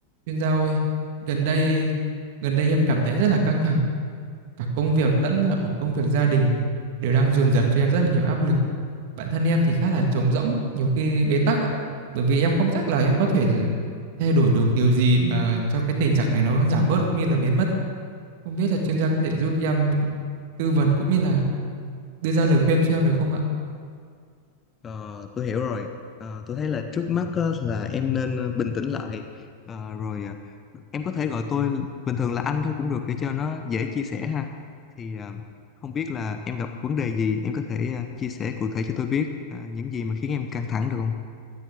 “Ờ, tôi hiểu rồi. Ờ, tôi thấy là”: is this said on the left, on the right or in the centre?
Left